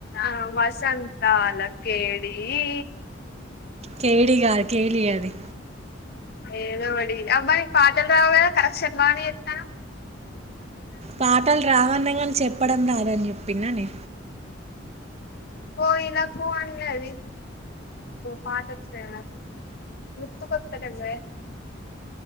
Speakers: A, on the left (about 55°); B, on the right (about 35°).
A: ఆ వసంతాల కేడీయి
B: కేడీ కాదు కేలీ ఆది
A: ఏదో వాడి అబ్బా నీకు పాటలు రావుకదా కరెక్షన్ బానే ఎత్తనవు
B: పాఠాలు రావన్న కాని చెప్పడం రాదని చెప్పినా నే
A: ఓ ఇలాకు అని అది పాఠ వచ్చిన <inaudible> గుతుకోతలేవే